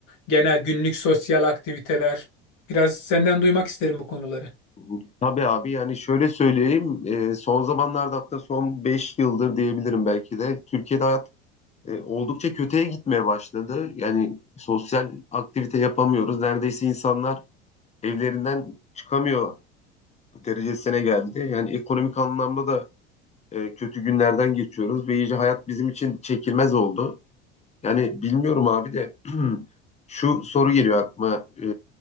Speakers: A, on the left (about 55°); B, on the left (about 20°).
A: genel günlük sosyal aktiviteler. Biraz senden duymak isterim bu konuları.
B: hı. Tabii abi yani şöyle söyleyeyim e, son zamanlarda hatta son 5 yıldır diyebilirim belki de Türkiye'de hayat e, oldukça kötüye gitmeye başladı. Yani sosyal aktivite yapamıyoruz. Neredeyse insanlar evlerinden çıkamıyor derecesine geldi. Yani ekonomik anlamda da e, kötü günlerden geçiyoruz ve iyice hayat bizim için çekilmez oldu. Yani bilmiyorum abi de <clears throat> şu soru geliyor aklıma. E,